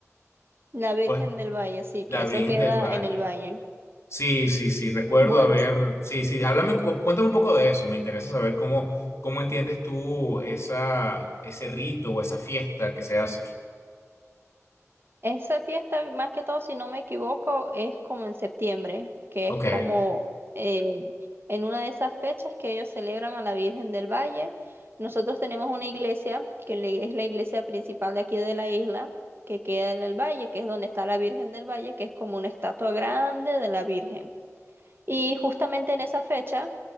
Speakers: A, on the right (about 45°); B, on the left (about 60°).
A: La Virgen
B: Pues
A: del Valle, sí, que
B: la
A: eso
B: Virgen
A: queda
B: del Valle.
A: en el valle.
B: Sí, sí, sí, recuerdo
A: Bueno,
B: haber, sí, sí, háblame, cu- cuéntame un poco de eso, me interesa saber cómo, cómo entiendes tú esa, ese rito o esa fiesta que se hace.
A: Esa fiesta, más que todo, si no me equivoco, es como en septiembre, que
B: Ok,
A: es como eh, en una de esas fechas que ellos celebran a la Virgen del Valle. Nosotros tenemos una iglesia, que le- es la iglesia principal de aquí de la isla, que queda en el valle, que es donde está la Virgen del Valle, que es como una estatua grande de la Virgen. Y justamente en esa fecha,